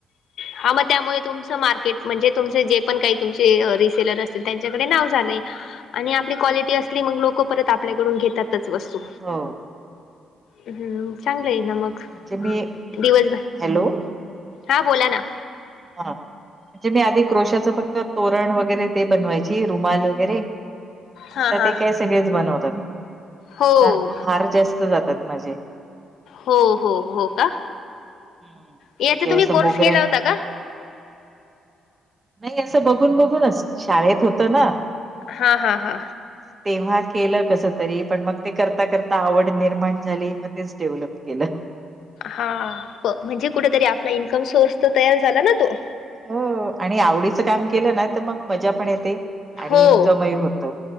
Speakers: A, on the left (about 70°); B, on the right (about 30°).
A: हा मग त्यामुळे तुमचं मार्केट म्हणजे तुमचे जे पण काही तुमचे रिसेलर असतील त्यांच्याकडे नाव झालयं
B: <inaudible>
A: आणि आपली क्वालिटी असली मग लोक परत आपल्याकडून घेतातच वस्तू
B: हो
A: हम्म चांगलंय ना मग
B: <unintelligible>
A: दिवसभर
B: हॅलो
A: हा बोला ना
B: हा म्हणजे मी आधी क्रोशाचं फक्त तोरण वगैरे ते बनवायची रुमाल वगैरे
A: हा
B: आता
A: हा.
B: ते काय सगळेच बनवतात
A: हो
B: त्यात हार जास्त जातात माझे
A: हो हो हो का
B: हम्म.
A: याचा
B: म्हणजे
A: तुम्ही
B: असं
A: कोर्स
B: मोगऱ्या
A: केला होता का
B: नाही असं बघून बघूनच शाळेत होतं ना
A: हा हा
B: मग
A: हा
B: तेव्हा केलं कस तरी पण मग ते करता करता आवड निर्माण झाली मग तेच डेव्हलप केलं
A: हा प म्हणजे कुठेतरी आपला इन्कम सोर्स तर तयार झाला ना तो
B: हो आणि आवडीचं काम केलं ना तर मग मजा पण येते आणि
A: हो
B: इन्कमही होत